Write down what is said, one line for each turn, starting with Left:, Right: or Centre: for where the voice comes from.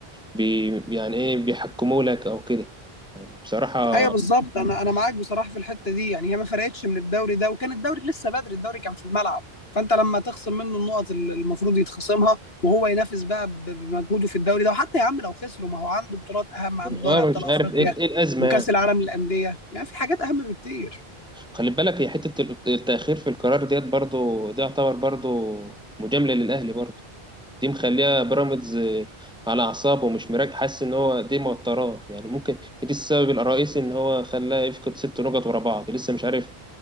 Centre: بي... يعني ايه بيحكموا لك او كده يعني بصراحة
Left: ايوه بالظبط انا انا معاك بصراحه في الحته دي يعني هي ما فرقتش من الدوري ده وكان الدوري لسه بدري الدوري كان في الملعب فانت لما تخصم منه النقط اللي المفروض يتخصمها وهو ينافس بقى ب- بمجهوده في الدوري ده وحتى يا عم لو خسروا ما هو عنده بطولات اهم عنده دوري
Centre: اه
Left: ابطال
Centre: مش
Left: افريقيا
Centre: عارف ايه ايه الأزمة
Left: وكاس
Centre: يعني
Left: العالم للانديه يعني في حاجات اهم بكتير
Centre: خلي بالك هي حتة الت- التأخير في القرار ديت برضو دي يعتبر برضو مجاملة للأهلي برضو دي مخليها بيراميدز آه، على أعصابه ومش مراك حاسس إن هو دي موتراه يعني ممكن دي السبب الرئيسي إن هو خلاه يفقد ست نقط ورا بعض لسه مش عارف